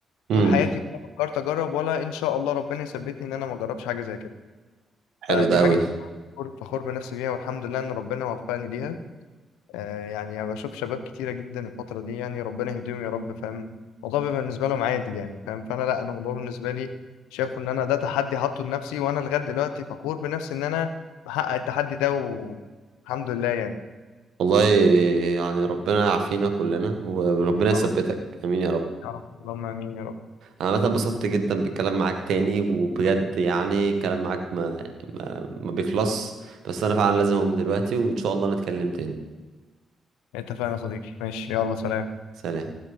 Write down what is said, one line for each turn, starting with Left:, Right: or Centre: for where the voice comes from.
Right: امم
Left: طول حياتي ولا فكرت اجرب ولا ان شاء الله ربنا يثبتني ان انا ما اجربش حاجه زي كده
Right: حلو
Left: فدي
Right: ده
Left: حاجه
Right: قوي
Left: انا فخور فخور بنفسي بيها والحمد لله ان ربنا وفقني ليها آه، يعني أنا بشوف شباب كتيرة جدا الفترة دي يعني ربنا يهديهم يا رب فاهم الموضوع بيبقى بالنسبة لهم عادي يعني فاهم فأنا لا أنا الموضوع بالنسبة لي شايفه إن أنا ده تحدي حاطه لنفسي وأنا لغاية دلوقتي فخور بنفسي إن أنا محقق التحدي ده والحمد لله يعني
Right: والله يعني ربنا يعافينا كلنا وربنا يثبتك
Left: يا رب
Right: امين يا رب
Left: يا رب اللهم آمين يا رب
Right: انا عامه انبسطت جدا بالكلام معاك تاني وبجد يعني الكلام معاك ما ما, ما بيخلص بس انا فعلا لازم اقوم دلوقتي وان شاء الله نتكلم تاني
Left: اتفقنا يا صديقي ماشي يلا سلام
Right: سلام